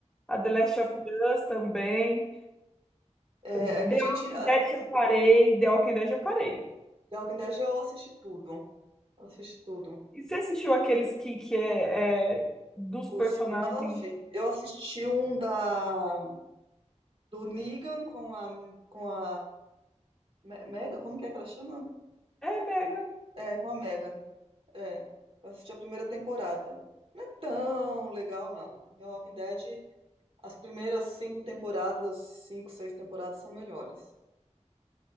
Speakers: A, in the centre; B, on the right.
A: a The Last of Us também.
B: É,
A: The
B: é que a
A: Walking
B: gente. a-
A: Dead eu parei, The Walking Dead eu parei.
B: The Walking Dead eu assisti tudo. Eu assisti tudo.
A: E você assistiu aqueles que, que é é, dos
B: O
A: personagens
B: spin-off, eu assisti um da, do Negan com a, com a Me- Mega, como que é que ela chama?
A: É Megan.
B: É, com a Megan. É, eu assisti a primeira temporada. Não é tão legal, não. The Walking Dead, as primeiras cinco temporadas, cinco, seis temporadas são melhores.